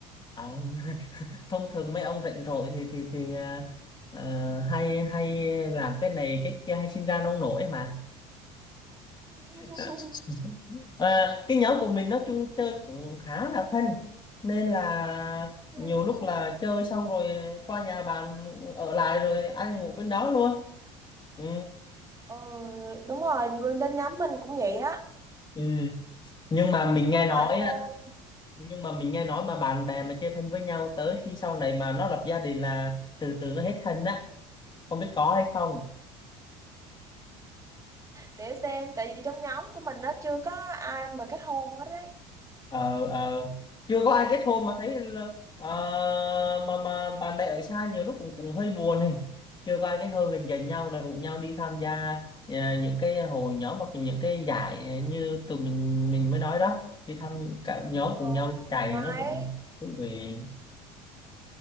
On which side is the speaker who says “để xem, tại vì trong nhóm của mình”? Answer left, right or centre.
Right